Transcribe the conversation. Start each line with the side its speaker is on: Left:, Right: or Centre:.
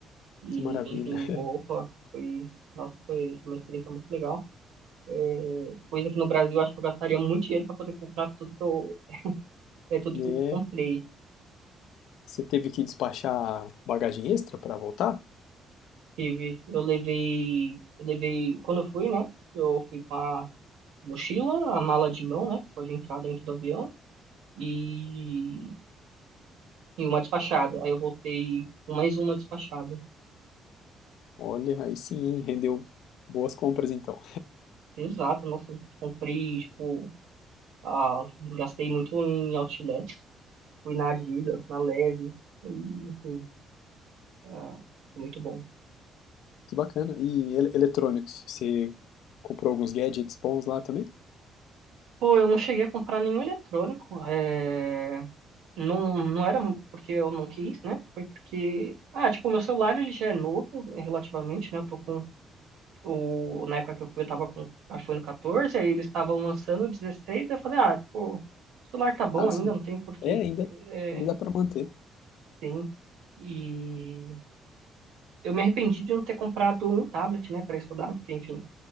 Right: e,
Left: Que maravilha.
Right: enfim,
Left: <laughs>
Right: roupa. Foi, nossa, foi uma experiência muito legal. É, coisa que no Brasil, eu acho que eu gastaria muito dinheiro para poder comprar tudo que eu, é, tudo
Left: Né?
Right: que eu comprei.
Left: Você teve que despachar bagagem extra para voltar?
Right: Tive, eu levei, eu levei, quando eu fui, né, eu fui com a mochila, a mala de mão, né, que pode entrar dentro do avião, e, e uma despachada. Aí eu voltei com mais uma despachada.
Left: Olha, aí sim, hein, rendeu boas compras então.
Right: Exato, nossa, eu comprei, tipo, Ah, gastei muito em outlet, fui na Adidas, na Levi's, e, enfim, ah, foi muito bom.
Left: Que bacana. E ele- eletrônicos, você comprou alguns gadgets bons lá também?
Right: Pô, eu não cheguei a comprar nenhum eletrônico, é... não, não era porque eu não quis, né? Foi porque, ah, tipo, o meu celular ele já é novo, eh, relativamente, né? Eu tô com o... Na época que eu fui, eu tava com iPhone 14, aí eles estavam lançando o 16, eu falei, ah, tipo, o celular tá bom
Left: Ah,
Right: ainda,
Left: sim.
Right: não tem por que,
Left: É, ainda,
Right: é,
Left: ainda dá para manter.
Right: tem... E eu me arrependi de não ter comprado um tablet, né, para estudar, porque, enfim,